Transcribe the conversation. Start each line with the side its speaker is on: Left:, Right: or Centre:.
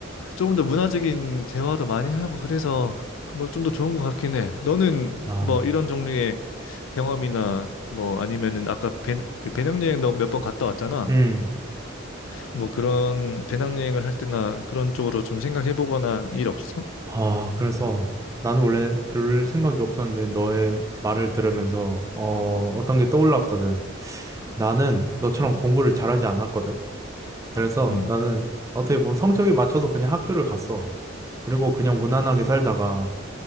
Left: 조금 더 문화적인 대화도 많이 하고 그래서 뭐 좀 더 좋은 것 같긴 해. 너는
Right: 아,
Left: 뭐 이런 종류의 경험이나 뭐 아니면은 아까 배, 그 배낭여행 너 몇 번 갔다 왔잖아.
Right: 음,
Left: 뭐 그런 배낭여행을 할 때나 그런 쪽으로 좀 생각해 보거나 일 없어?
Right: 아, 그래서 나는 원래 별 생각이 없었는데 너의 말을 들으면서 어, 어떤 게 떠올랐거든. 나는 너처럼 공부를 잘하지 않았거든. 그래서
Left: 음,
Right: 나는 어떻게 보면 성적이 맞춰서 그냥 학교를 갔어. 그리고 그냥 무난하게 살다가